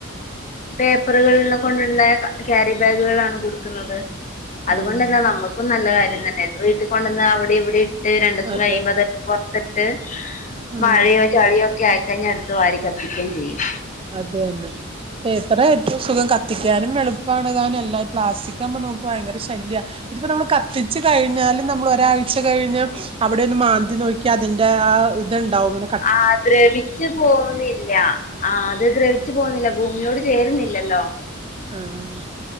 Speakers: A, on the left; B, on the right.
A: പേപ്പറുകളെ കൊണ്ടണ്ടായ ക്രി ബാഗുകളാണ് കൊടുക്കുന്നത്. അതുകൊണ്ട്
B: ആഹ്
A: ന്താ നമ്മുക്കും നല്ല കാര്യം തന്നെ അത് വീട്ടിൽ കൊണ്ടന്ന് അവിടെ ഇവിടെ ഇട്ട് രണ്ട്ദിവസം
B: അതെ
A: കഴിയുമ്പോ അത് പുറത്തിട്ട്
B: ആഹ്
A: മഴയോ ചളിയോ ഒക്കെ ആയിക്ക കഴിഞ്ഞ അടുത്ത് വാരി കത്തിക്കുകയും ചെയ്യും.
B: അത് തന്നെ. പേപ്പറാ ഏറ്റവും സുഖം കത്തിക്കാനും എളുപ്പമാണ് താനും അല്ല പ്ലാസ്റ്റിക് ആകുമ്പോഭയങ്കര ശല്യ ഇതിപ്പൊ നമ്മള് കത്തിച്ചു കഴിഞ്ഞാലും നമ്മള ഒരാഴ്ച കഴിഞ്ഞ് അവിടെ ഒന്ന് മാന്തി നോക്കി അതിന്റെ ആ ഇത്ണ്ടാവുംന.
A: ആ ദ്രവിച്ചു പോകുന്നില്ല. ആഹ് അത് ദ്രവിച്ചു പോകുന്നില്ല ഭൂമിയോട് ചേരുന്നില്ലല്ലോ
B: ആഹ.